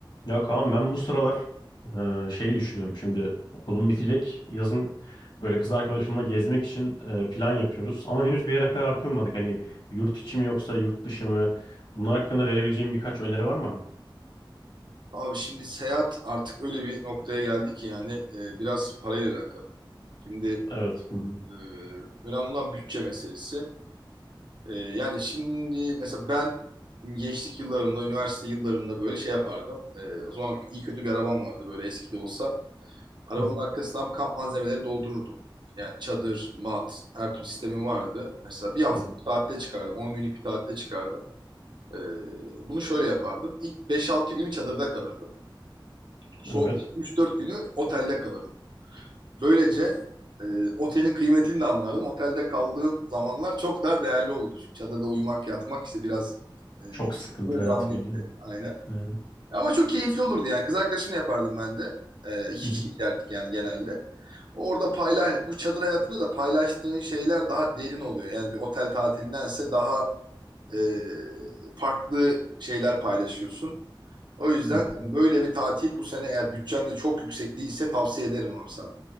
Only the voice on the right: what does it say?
Abi şimdi seyahat artık öyle bir noktaya geldi ki yani e, biraz parayla alakalı. Şimdi
e, önemli olan bütçe meselesi. E, yani şimdi mesela ben gençlik yıllarımda, üniversite yıllarımda böyle şey yapardım. E, o zaman iyi kötü bir arabam vardı böyle eski de olsa. Arabamın
arkasından kamp malzemelerini doldururdum. Yani çadır, mat, her türlü sistemim vardı. Mesela bir haftalık
bir tatile çıkardım, 10 günlük bir tatile çıkardım. E, bunu şöyle yapardım. İlk beş altı günü çadırda kalırdım. Son
üç dört günü otelde kalırdım. Böylece e, otelin kıymetini de anlardım. Otelde kaldığım zamanlar çok daha değerli olurdu. Çünkü çadırda uyumak, yatmak işte biraz e,
böyle
zahmetli.
Aynen.
Ama çok keyifli olurdu yani. Kız arkadaşımla yapardım ben de. E, iki
kişi giderdik yani genelde. Orada paylaş, bu çadır hayatında da paylaştığın şeyler daha derin oluyor. Yani bir otel tatilindense daha e, farklı şeyler paylaşıyorsun. O yüzden
yani böyle bir tatil bu sene eğer bütçen de çok yüksek değilse tavsiye ederim abi sana.